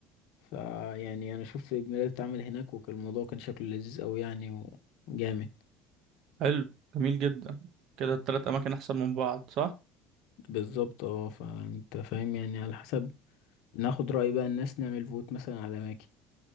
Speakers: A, on the left; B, on the right.
A: فيعني انا شفت عيد ميلاد اتعمل هناك وكان الموضوع كان شكله لذيذ قوي يعني وجامد
B: حلو جميل جدا كده التلات اماكن احسن من بعض صح
A: بالظبط اه فانت فاهم يعني على حسب ناخد رأي بقى الناس نعمل فوت مثلا على اماكن